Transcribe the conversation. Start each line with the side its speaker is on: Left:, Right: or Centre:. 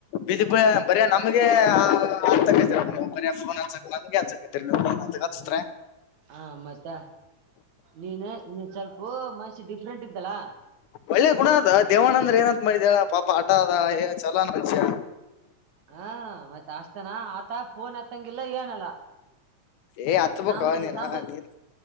Left: ಬಿದಿಪಳ ಬರಯ ನಮಗೆ ಹತ್ತಕೈರಿ ಮ ಫೋನ್ ಹಕ ನಮ್ಗೆ ಹಕೈರಿ ನೀನ್ ಅಂತ ಹಚ್ತ್ರ
Right: ಹಾ ಮತ್ತ ನೀನು ನೀನ್ ಸ್ವಲ್ಪು ಮನ್ಷಿ ಡಿಫ್ರೆಂಟ್ ಇದ್ದಲ್ಲ
Left: ಒಳ್ಳೆ ಗುಣ ಅದ ದೇವಣ ಅಂದ್ರ ಏನಂತ ಮಾಡಿದಳ ಪಾಪ ಆಟ ಅದ ಏ ಚಲೋ ಮಂಷ್ಯ
Right: ಹಾ ಮತ್ತೆ ಆಸ್ತಾನ ಆತ ಪೋನ್ ಹತ್ತಂಗಿಲ್ಲ ಏನಲ್ಲ
Left: ಏ ಹತ್ಬೇಕ
Right: ನಂಬುದ್
Left: ನೀನ
Right: ನಂಬ
Left: ನೀನ್